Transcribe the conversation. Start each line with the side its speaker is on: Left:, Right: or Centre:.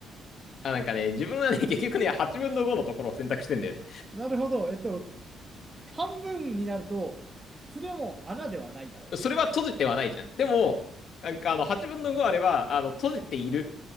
Left: あ、なんかね、自分はね、結局ね、8分の5のところを選択してんだよね。
Right: なるほど。えっと、半分になると、それはもう穴ではないだろ
Left: それは閉じてはないじゃん。でも、
Right: う
Left: なんかあの、8分の5あれば、あの、閉じている